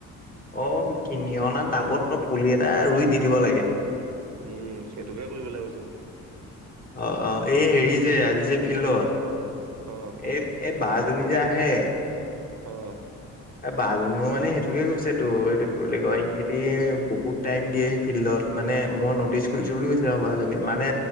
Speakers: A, on the left; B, on the right.
A: অ' কিনি অনা টাবত তই পুলি এটা ৰুই দি দিব লাগে।
B: উম সেইটোকে কৰিবলৈ কৈছে।
A: অ' অ' এই হেৰি যে আজি যে ফিল্ডত
B: অ
A: এই এই বাছ য নি যে আহে।
B: অ'।
A: এ বা জনীও মানে সেইটোকে কৈছে তো এইটো কি বুলি কয় ইহেতি বহুত টাইম দিয়ে ফিল্ডত মানে মই ন'টিচ কৰিছো বুলি কৈছে আৰু বা জনী মানে